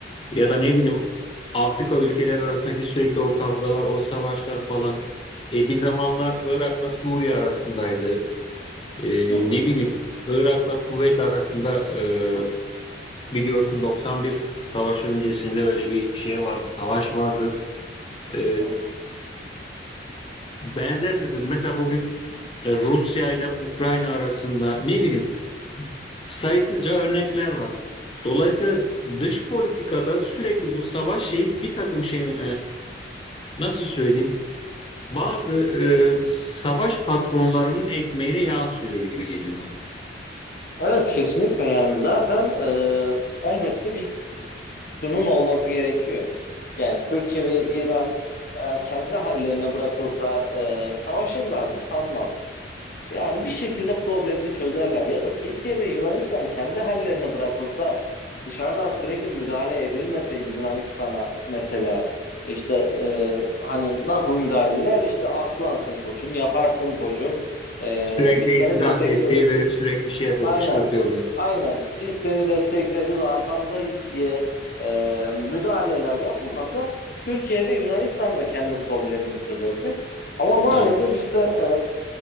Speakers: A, on the left; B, on the left.
A: ya da ne bileyim Afrika ülkeleri arasındaki sürekli o kavgalar, o savaşlar falan. E, bir zamanlar Irak'la Suriye arasındaydı. E,
B: Hı hı.
A: ne bileyim Irak'la Kuveyt arasında e, biliyorsun 91 savaşı öncesinde öyle bir şey vardı, savaş vardı. E,
B: Hı hı.
A: benzer sıkıntı. Mesela bugün e, Rusya ile Ukrayna arasında ne bileyim sayısızca örnekler var. Dolayısıyla dış politikada sürekli bu savaş şeyi bir takım şey e, nasıl söyleyeyim bazı e, savaş patronlarının ekmeğine yağ sürüyor gibi geliyor bana.
B: Evet kesinlikle yani zaten e, elbette bir sunun olması gerekiyor. Yani Türkiye ve İran eğer kendi hallerine bırakılsa e, savaşırlar mı? Sanmam. Yani bir şekilde problemini çözerler ya da Türkiye ve Yunanistan kendi hallerine bırakılsa dışarıdan sürekli müdahale edilmese Yunanistan'a mesela işte e, hani nasıl müdahaleler işte atlansın koçum yaparsın koçum e,
A: Sürekli
B: biz seni
A: silah
B: destekleriz
A: desteği verip sürekli şey yapıyorlar,
B: aynen
A: kışkırtıyorlar.
B: aynen biz seni destekleriz arkandayız diye e, müdahaleler yapılmasa Türkiye ve Yunanistan da kendi problemini çözebilir. Ama maalesef
A: E,
B: işte e,